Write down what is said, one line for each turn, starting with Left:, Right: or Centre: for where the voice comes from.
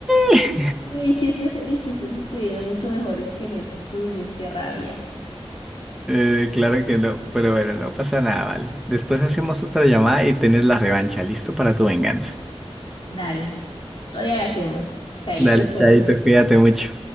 Centre: <laughs>
Left: Y mis chistes, mis chistes estuvieron mucho mejores que los tuyos, qué rabia.
Centre: Eh, claro que no, pero bueno, no pasa nada, vale. Después hacemos otra llamada y tenés la revancha. Listo para tu venganza.
Left: Dale, otro día lo hacemos. Chaito
Centre: Dale,
Left: entonces.
Centre: Chaito, cuídate mucho.